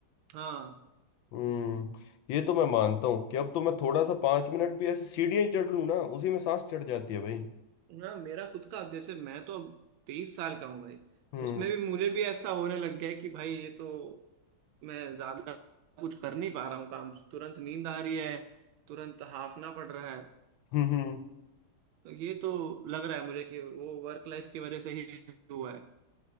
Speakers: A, on the right (about 80°); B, on the left (about 75°).
A: हाँ
B: हम्म ये तो मैं मानता हूँ कि अब तो मैं थोड़ा सा पांच मिनट भी ऐसे सीढ़ियां ही चढ़ लूँ ना उसी में सांस चढ़ जाती है भाई
A: ना मेरा खुद का अब जैसे मैं तो अब तेईस साल का हूँ भाई
B: हम्म
A: उसमें भी मुझे भी ऐसा होने लग गया है कि भाई ये तो मैं ज्यादा कुछ कर नहीं पा रहा हूँ काम तुरंत नींद आ रही है तुरंत हाफना पड़ रहा है
B: हम्म हम्म,
A: तो ये तो लग रहा है मुझे कि वो वर्क लाइफ की वजह से ही हुआ है